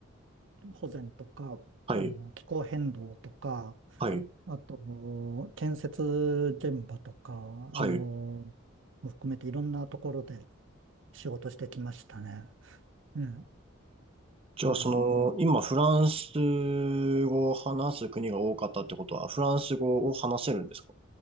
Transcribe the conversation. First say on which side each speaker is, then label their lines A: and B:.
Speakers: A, on the right; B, on the right.
A: 保全とか、
B: はい、
A: あの、気候変動とか、
B: はい、
A: あと、建設現場とか、
B: はい。
A: あの、も含めていろんなところで仕事してきましたね。ええ
B: じゃあ、
A: うん
B: その、今、フランス語を話す国が多かったってことは、フランス語を話せるんですか